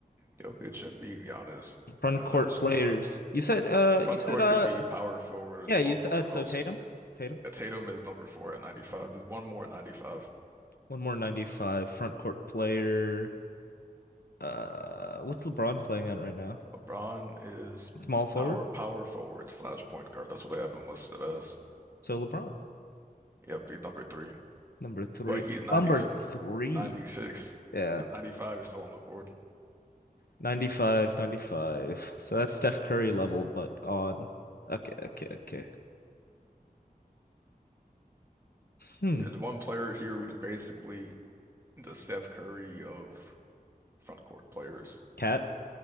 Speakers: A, on the right; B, on the left.
A: Jokic, Embiid, Giannis.
B: front
A: You got
B: court
A: that so
B: players.
A: far.
B: You said uh you
A: Concord
B: said uh
A: could be power forward or
B: yeah,
A: small
B: you said
A: forward
B: uh, so
A: also.
B: Tatum.
A: Yeah.
B: Tatum.
A: Yeah, Tatum is number four at 95. There's one more at 95.
B: One more 95 front court player. Uh what's LeBron playing at right now?
A: LeBron is
B: Small forward.
A: power power forward slash point guard. That's what they have him listed as.
B: So LeBron,
A: Yep, he's number three.
B: number three.
A: But he's
B: Number
A: 96.
B: three.
A: 96
B: Yeah.
A: to 95 is still on the board.
B: ninety five, 95. So that's Steph Curry level, but on. Okay, okay, okay. Hmm.
A: There's one player here who's basically the Steph Curry of front court players.
B: Cat,